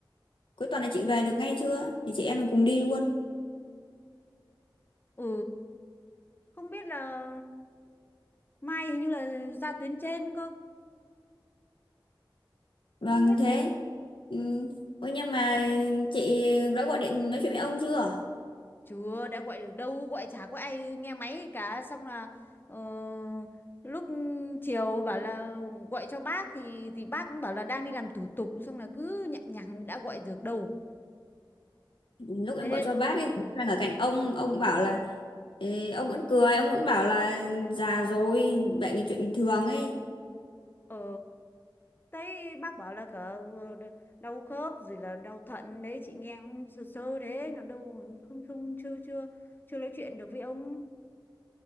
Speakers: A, on the left; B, on the left.
A: cuối tuần này chị về được ngay chưa? Thì chị em mình cùng đi luôn.
B: ừ không biết là mai hình như là ra tuyến trên cơ
A: Vâng,
B: không biết
A: thế. Ừ. Ôi nhưng mà chị đã gọi điện nói chuyện với ông chưa?
B: Chưa, đã gọi được đâu, gọi chả có ai nghe máy cả. Xong là ờ, lúc chiều bảo là gọi cho bác thì thì bác cũng bảo là đang đi làm thủ tục. Xong là cứ nhậm nhằng đã gọi được đâu.
A: Lúc em
B: Thế,
A: gọi cho bác ấy, lúc đang ở cạnh ông, ông bảo là ê, ông vẫn cười, ông vẫn bảo là già rồi, bệnh là chuyện bình thường ấy.
B: ờ, thấy bác bảo là cả ờ, đau khớp rồi là đau thận đấy. Chị nghe cũng sơ sơ đấy, nó đâu không không chưa chưa chưa nói chuyện được với ông.